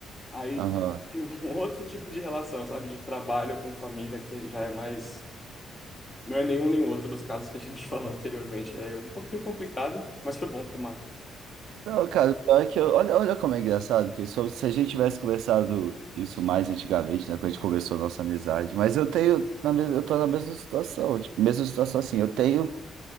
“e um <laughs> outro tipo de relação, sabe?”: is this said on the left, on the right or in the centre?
Left